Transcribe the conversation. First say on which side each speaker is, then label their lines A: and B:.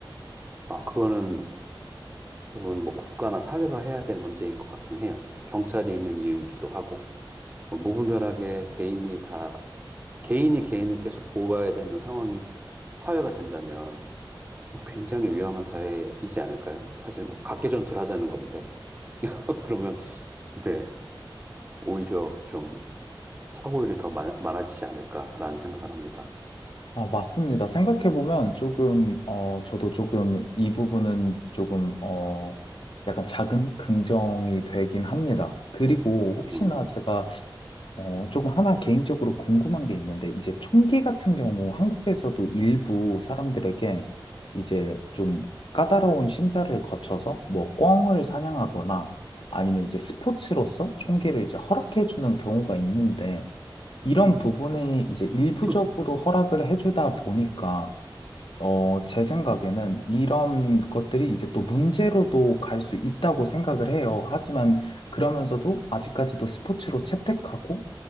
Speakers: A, on the right (about 20°); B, on the left (about 75°).
A: 아, 그거는 대부분 뭐 국가나 사회가 해야 될 문제인 것 같긴 해요. 경찰이 있는 이유이기도 하고 뭐 무분별하게 개인이 다 개인이 개인을 계속 보호해야 되는 상황이 사회가 된다면 굉장히 위험한 사회이지 않을까요? 사실 뭐 각개전투를 하자는 건데. <laughs> 그러면, 네, 오히려 좀 사고율이 더 많, 많아지지 않을까라는 생각을 합니다.
B: 어, 맞습니다. 생각해보면 조금, 어, 저도 조금 이 부분은 조금, 어, 약간 작은 긍정이 되긴 합니다. 그리고 혹시나
A: 음,
B: 제가 어, 조금 하나 개인적으로 궁금한 게 있는데, 이제 총기 같은 경우 한국에서도 일부 사람들에게 이제 좀 까다로운 심사를 거쳐서 뭐 꿩을 사냥하거나 아니면 이제 스포츠로서 총기를 이제 허락해주는 경우가 있는데, 이런
A: 음.
B: 부분이 이제 일부적으로
A: <clears throat>
B: 허락을 해주다 보니까, 어, 제 생각에는 이런 것들이 이제 또 문제로도 갈 수 있다고 생각을 해요. 하지만 그러면서도 아직까지도 스포츠로 채택하고,